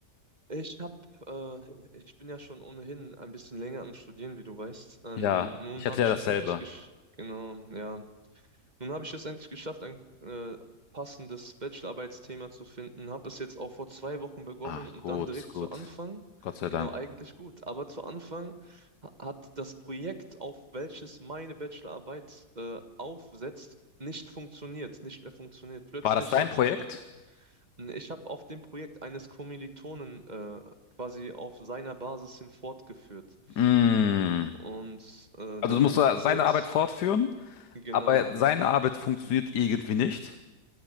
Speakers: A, on the right; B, on the left.
A: ich hab, äh, ich bin ja schon ohnehin ein bisschen länger am Studieren, wie du weißt. Ähm,
B: Ja,
A: nun
B: ich hatte
A: habe
B: ja
A: ich
B: dasselbe.
A: es endlich gesch... Genau, ja. Nun habe ich es endlich geschafft, ein äh, passendes Bachelorarbeitsthema zu finden. Habe es jetzt auch vor zwei Wochen begonnen
B: Ach,
A: und
B: gut,
A: dann direkt
B: gut.
A: zu Anfang.
B: Gott sei
A: Genau,
B: Dank.
A: eigentlich gut. Aber zu Anfang ha- hat das Projekt, auf welches meine Bachelorarbeit äh, aufsetzt, nicht funktioniert, nicht mehr funktioniert. Plötzlich
B: War das dein
A: hat
B: Projekt?
A: die, ich habe auf dem Projekt eines Kommilitonen äh, quasi auf seiner Basis hin fortgeführt.
B: Mm.
A: Und äh,
B: Also
A: dann
B: du musst da
A: hatte
B: seine
A: es,
B: Arbeit fortführen,
A: genau.
B: aber seine Arbeit funktioniert irgendwie nicht.